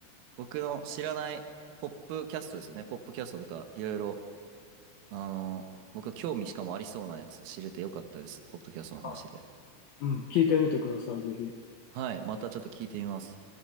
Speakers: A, on the right (about 85°); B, on the left (about 75°).
A: 僕の知らないポップキャストですよね。ポップキャストとか、いろいろ、あの、僕興味しかもありそうなやつ知れてよかったです。ポッドキャストの話で。
B: う。かうん、聞いてみてください、ぜひ。
A: はい、またちょっと聞いてみます。